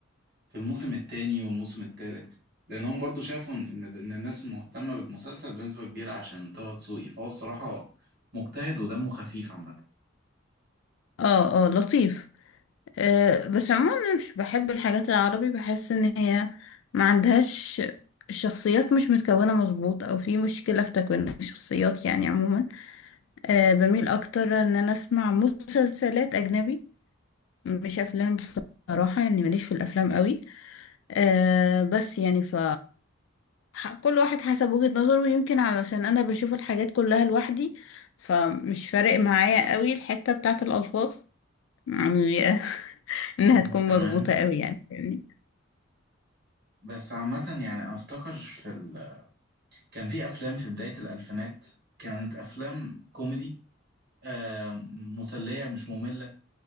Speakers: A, on the right; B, on the left.
A: في الموسم الثاني والموسم الثالث لانهم برضو شافوا ان ان الناس مهتمه بالمسلسل بنسبه كبيره عشان طه دسوقي فهو الصراحه مجتهد ودمه خفيف عامه
B: اه اه لطيف أه، بس عموما مش بحب الحاجات العربي بحس ان هي ما عندهاش الشخصيات مش متكونة مظبوط او في مشكلة في تكوين الشخصيات يعني عموما أه، بميل اكتر ان انا اسمع مسلسلات اجنبي مش افلام بصراحة يعني ماليش في الافلام قوي أه، بس يعني ف ح- كل واحد حسب وجهة نظره يمكن علشان انا بشوف الحاجات كلها لوحدي فمش فارق معايا قوي الحتة بتاعت الالفاظ يعني <laughs> انها
A: مهم.
B: تكون
A: تمام
B: مظبوطة قوي يعني فاهمني؟
A: بس عامه يعني انا افتكر في ال... كان في افلام في بدايه الالفينات كانت افلام كوميدي آه مسليه مش ممله